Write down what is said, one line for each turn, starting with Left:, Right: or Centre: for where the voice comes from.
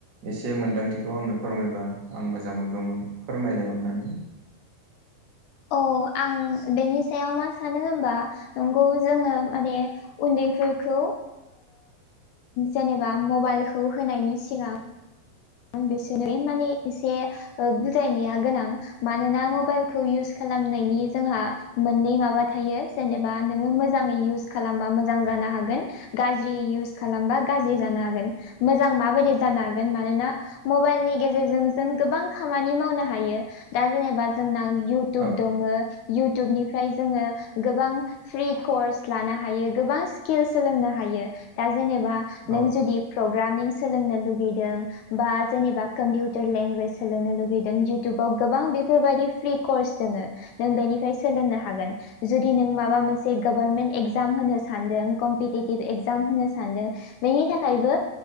Right: एसे मोन्दांथिखौ आंनो फोरमायबा आं मोजां मोनगौमोन फोरमायलाय अननानै
Left: औ आं बेनि सायाव मा सानो होमबा नंगौ जोङो माने उन्दैफोरखौ जेनेबा मबाइलखौ होनायनि सिगां बिसोरनो माने एसे बुजायनाया गोनां मानोना मबाइलखौ इउस खालामनायनि जोंहा मोननै माबा थायो जेनेबा नोङो मोजाङै इउस खालामबा मोजां जानो हागोन गाज्रि इउस खालामबा गाज्रि जानो हागोन मोजां माबायदि जानो हागोन मानोना मबाइलनि गेजेरजों जों गोबां खामानि मावनो हायो दा जेनेबा जोंना इउटुब
Right: औ
Left: दङ इउटुबनिफ्राय जोङो गोबां फ्रि कर्स लानो हायो गोबां स्किल सोलोंनो हायो दा जेनेबा
Right: औ
Left: नों जुदि प्रग्रामिं सोलोंनो लुगैदों बा जेनेबा कम्पिउटार लेंगुवेज सोलोंनो लुगैदों इउटुबाव गोबां बेफोरबायदि फ्रि कर्स दङो नों बेनिफ्राय सोलोंनो हागोन जुदि नों माबा मोनसे गभारमेन्ट एगजाम होनो सानदों कम्पिटिटिभ एक्जाम होनो सानदों बेनि थाखायबो